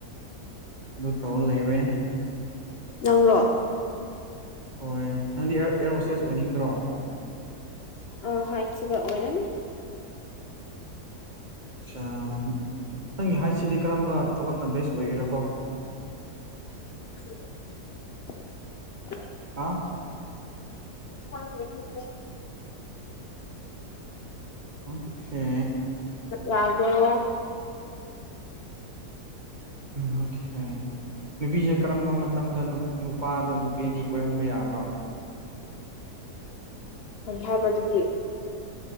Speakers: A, on the right; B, on the left.
A: ꯑꯗꯨ ꯇꯧꯔ ꯂꯩꯔꯦ
B: ꯅꯪꯔꯣ
A: ꯍꯣꯏ ꯅꯪꯗꯤ ꯑꯦꯔꯣ ꯍꯣꯁꯇꯦꯁ ꯑꯣꯏꯅꯤꯡꯗ꯭ꯔꯣ
B: ꯑ ꯍꯆ ꯑꯣꯏꯔꯅꯤ
A: ꯑ ꯅꯪꯒꯤ ꯍꯥꯏꯠꯁꯤꯗꯤ ꯀꯔꯝꯕ ꯊꯕꯛꯅ ꯕꯦꯁ ꯑꯣꯏꯒꯦꯔꯀꯣ <inaudible>
B: <inaudible>
A: ꯍꯥ
B: ꯑ ꯌꯦꯅꯤ
A: ꯑꯁꯦ
B: ꯔꯒ
A: ꯑꯣꯈꯦ ꯅꯨꯄꯤꯁꯦ ꯀꯔꯝꯕ ꯃꯇꯝꯗ ꯅꯨꯄꯥꯗꯣ ꯅꯨꯄꯤ ꯑꯅꯤ ꯀꯣꯏꯍꯟꯕ ꯌꯥꯕ꯭ꯔꯣ
B: ꯍꯥꯏꯕ ꯑꯗꯨꯗꯤ